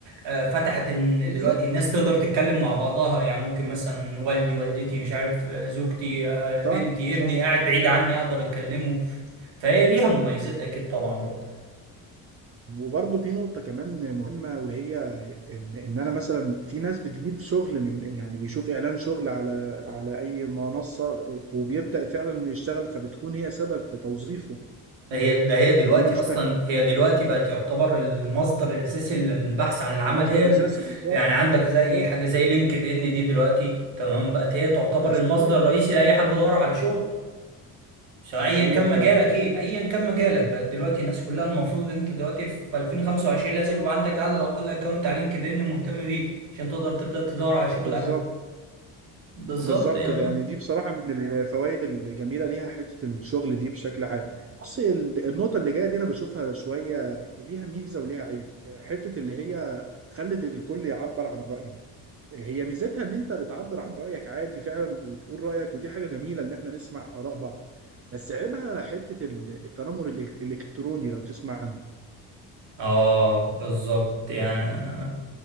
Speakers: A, on the right; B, on the right.
A: آه، فتحت ان
B: بالظبط
A: دلوقتي الناس تقدر تتكلم مع بعضها يعني ممكن مثلا والدي والدتي مش عارف آه، زوجتي آه، بنتي
B: صح
A: ابني
B: صح
A: قاعد بعيد عني اقدر اتكلمه فهي ليها مميزات اكيد طبعا برضه
B: وبرضه في نقطة كمان مهمة وهي إن, إن أنا مثلا في ناس بتجيب شغل من يعني بيشوف إعلان شغل على على أي منصة وبيبدأ فعلا إنه يشتغل فبتكون هي سبب في توظيفه
A: هي ده هي دلوقتي
B: ودي بنشوفها
A: اصلا هي دلوقتي بقت يعتبر المصدر الاساسي للبحث عن العمل
B: مصدر
A: هي ال...
B: أساسي بالظبط
A: يعني عندك زي
B: بالظبط
A: حاجه زي لينكد ان دي دلوقتي تمام بقت هي تعتبر
B: أساسية
A: المصدر الرئيسي لاي حد بيدور على شغل سواء
B: دي
A: ايا
B: حقيقة
A: كان
B: فعلا
A: مجالك ايه ايا كان مجالك بقت دلوقتي الناس كلها المفروض ان انت دلوقتي في 2025 لازم يبقى عندك على الاقل اكونت على لينكد ان مهتم بيه عشان تقدر تبدا تدور على شغل
B: بالظبط
A: عليه بالظبط
B: بالظبط
A: يا
B: يعني دي بصراحة من الفوائد الجميلة ليها حتة الشغل دي بشكل عام بص ال- النقطة اللي جاية دي أنا بشوفها شوية ليها ميزة وليها عيب حتة اللي هي خلت الكل يعبر عن رأيه هي ميزتها إن أنت بتعبر عن رأيك عادي فعلا وبتقول رأيك ودي حاجة جميلة إن إحنا نسمع آراء بعض بس عيبها حتة ال- التنمر الإلك- الإلكتروني لو تسمع عنه
A: اه بالظبط يعني